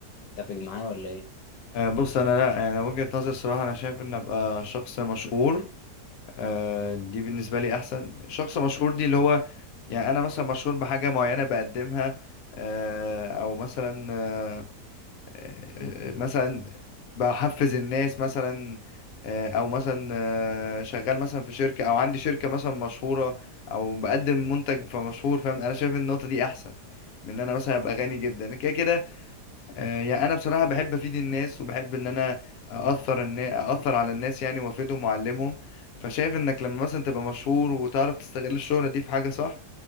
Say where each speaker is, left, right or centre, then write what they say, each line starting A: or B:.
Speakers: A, on the left (about 80°); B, on the left (about 65°).
A: تتفق معايا ولا ايه
B: آه، بص انا لا انا وجهة نظري الصراحه انا شايف ان ابقى شخص مشهور آه، دي بالنسبة لي أحسن شخص مشهور دي اللي هو يعني أنا مثلا مشهور بحاجة معينة بقدمها آه، أو مثلا آه، آه، مثلا بحفز الناس مثلا آه، أو مثلا آه، شغال مثلا في شركة أو عندي شركة مثلا مشهورة أو بقدم منتج فمشهور فاهم أنا شايف إن النقطة دي أحسن من إن أنا مثلا أبقى غني جدا كده كده آه، يعني انا بصراحه بحب افيد الناس وبحب ان انا اثر الناس اثر على الناس يعني وافيدهم واعلمهم فشايف انك لما مثلا تبقى مشهور وتعرف تستغل الشهره دي في حاجه صح